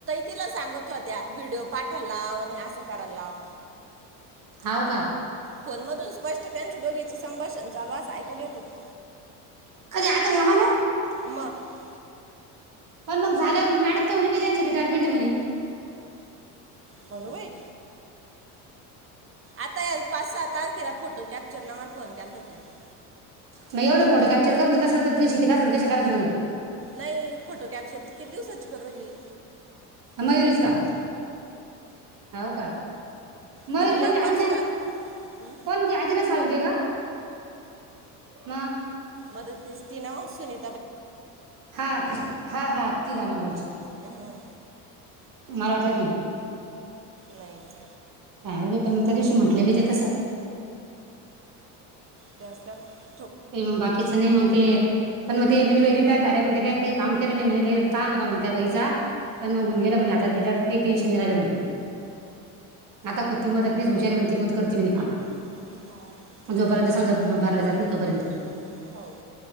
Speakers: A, on the right; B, on the right.
A: तिला सांगत होत्या व्हिडिओ पाठलाव नी आस करालाव
B: हाव का
A: फोनमधून स्पष्ट त्यांच्य दोघीचं संभाषण चालू आस ऐकायला येत होत.
B: कधी आता ह्यामहिन्यात?
A: मग
B: पण मग झाल्यावर मंते मॅडम त म्हणे बी त्यांची रिटायरमेंट हे म्हणे.
A: <inaudible> कोनू बाई आता या पाच सातारखेला फोटो कॅप्चर ला माला फोन केलता तिने.
B: मग एवढे फोटो कॅप्चर करून देत असेल तर तुम्ही शिकत <inaudible>
A: नाही फोटो कॅप्चर त किती दिवसाची करुराहीली.
B: मयूरी च का हव का. मयूरी
A: म्हणजे
B: कोणच्या
A: एक वर्ष
B: आजीना
A: जात हं?
B: कोण ती आजीना साळुंके का म
A: मदतनीस्ती नाव सुनी
B: हा हा हा ती दामणगावची
A: हं.
B: मला वाटलं की
A: नाही नाही
B: काय माहित बाई पण त्या दिवशी म्हंटले बी ते तस
A: त्याच त्याला
B: काही मग बाकीच नाही मग ते पण मग ते म्हण रिटायर झाल्या म्हण त्याने काही काम केलं नाही म्हण ताण होता म्हण त्या बईचा पण मग होऊन गेल म्हणे आता डर ते टेनशन नि राही म्हणे आता कुटी मदतनिस हुशार म्हणती खुद करती म्हणे काम
A: <inaudible>
B: जोपर्यंत समजा भरलं जात नाही तोपर्यंत
A: हो